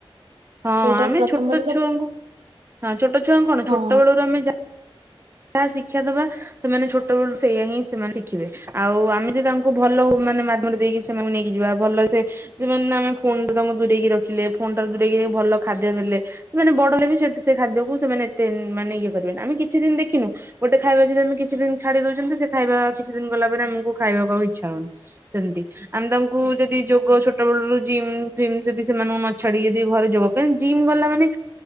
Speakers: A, on the right; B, on the right.
A: ହଁ
B: ସେଇଟା
A: ଆମେ
B: ପ୍ରଥମ
A: ଛୋଟ
B: କଥା ତ
A: ଛୁଆଙ୍କୁ ହଁ ଛୋଟ ଛୁଆଙ୍କୁ କଣ
B: ହଁ
A: ଛୋଟ ବେଳରୁ ଆମେ ଯା ଯାହା ଶିକ୍ଷା ଦବା ସେମାନେ ଛୋଟବେଳୁ ସେଇଆ ହିଁ ସେମାନେ ଶିଖିବେ ଆଉ ଆମେ ଯଦି ତାଙ୍କୁ କୁ ଭଲ ମାନେ ମାଧ୍ୟମରେ ଦେଇକି ସେମାନଙ୍କୁ ନେଇକି ଯିବା ଭଲ ସେ ଯେଁ ମାନେ ଫୋନ ଟା ତାଙ୍କୁ ଦୂରେଇକି ରଖିଲେ ଫୋନ ଟା ଦୂରେଇକି ଭଲ ଖାଦ୍ୟ ଦେଲେ। ସେମାନେ ବଡ ହେଲେ ବି ସେ ଖାଦ୍ୟକୁ ସେମାନେ ଏତେ ମାନେ ଇଏ କରିବେନି ଆମେ କିଛି ଦୀନ ଦେଖ ଖିନୁ ଗୋଟେ ଖାଇବା ଯଦି ଆମେ କିଛି ଦୀନ ଛାଡି ଦଉଛନ୍ତି ସେ ଖାଇବା କିଛି ଦୀନ ଗଲା ପରେ ଆମକୁ ଖାଇବାକୁ ଆଉ ଇଚ୍ଛା ହଉନି। ସେମତି ଆମେ ତାଙ୍କୁ ଯଦି ଯୋଗ ଛୋଟ ବେଳରୁ ଜିମ୍ ଫିମ୍ ଯଦି ସେମାନଙ୍କୁ ନ ଛାଡିିକି ଯଦି ଘରେ ଯୋଗ ଜିମ୍ ଗଲା ମାନେ